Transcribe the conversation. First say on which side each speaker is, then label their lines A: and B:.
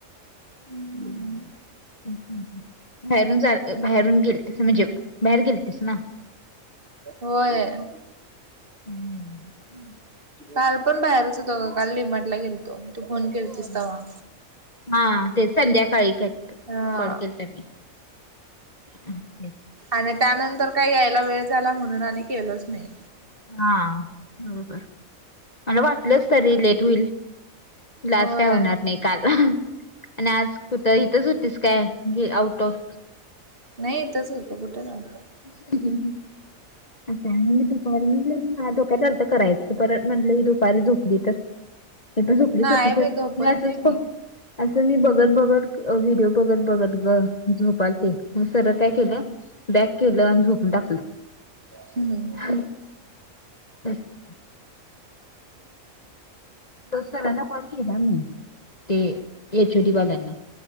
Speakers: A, on the right; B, on the left.
A: हम्म
B: <inaudible> बाहेरून चालत, बाहेरून गेल तस म्हणजे बाहेर गेलती स ना.
A: होय!
B: <inaudible>
A: काल पण बाहेरच होतो, काल डी मार्ट ला गेलतो तू फोन केलतीस
B: होय.
A: तवा.
B: हा ते संध्याकाळी करतात
A: हा
B: कॉल केलता मी तेच.
A: आणि त्यानंतर काय यायला वेळ झाला, म्हणून आणि केलोच नाही.
B: हा बरोबर मला वाटलंच तरी लेट होईल. ल आज
A: होय
B: काय होणार नाही काल आणि आज. त इथच होतीस काय गी आउट ऑफ.
A: नही इथंच होतो कुठ जानार.
B: <unintelligible> मी दुपारी म्हनलं माह्या डोक्यात आलतं करायचं परत म्हनलं ही दुपारी झोपली तर. ते तर झोपलीच
A: नाही
B: होतीस
A: बाई
B: व्हयं,
A: झोपत
B: मी असच
A: नाही
B: पडू असं मी बघत, बघत व्हिडिओ बघत, बघत ग झोपालते. मं सरळ
A: हा
B: काय केलं
A: हा
B: बॅक केलं आणि झोपून टाकलं.
A: हूं हूं!
B: <unintelligible> <unintelligible> त सरांना कॉल केला मी ते एचओडी वाल्यांना.